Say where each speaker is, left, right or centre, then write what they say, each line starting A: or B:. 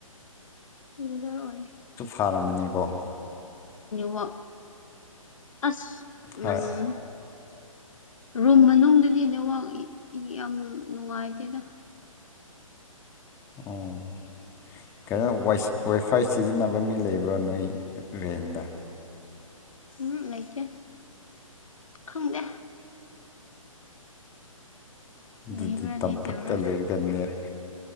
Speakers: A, on the left; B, on the left.
A: ꯟꯅꯔ ꯑꯣꯏ
B: ꯁꯥꯔꯝꯃꯅꯤꯀꯣ
A: ꯕ ꯑꯁ ꯎꯝ
B: ꯍꯣꯏ
A: ꯔꯨꯝ ꯃꯅꯨꯡꯗꯗꯤ ꯅꯋꯥꯛ ꯌꯥꯝ ꯅꯨꯡꯉꯥꯏꯇꯦꯗ
B: ꯑꯣ ꯀꯩꯅꯣ ꯋꯥꯏꯐꯥꯏ ꯁꯤꯖꯤꯟꯅꯕ ꯃꯤ ꯂꯩꯕ꯭ꯔꯥ ꯅꯣꯏ ꯔꯦꯟꯗ
A: ꯎꯝ ꯂꯩꯇꯦ ꯈꯪꯗꯦ
B: ꯑꯗꯨꯗꯤ
A: ꯂꯩꯕ꯭ꯔꯥ
B: ꯇꯝꯄꯥꯛꯛꯇ
A: ꯂꯩꯇꯕ꯭ꯔꯥ
B: ꯂꯩꯔꯒ ꯅꯦꯠ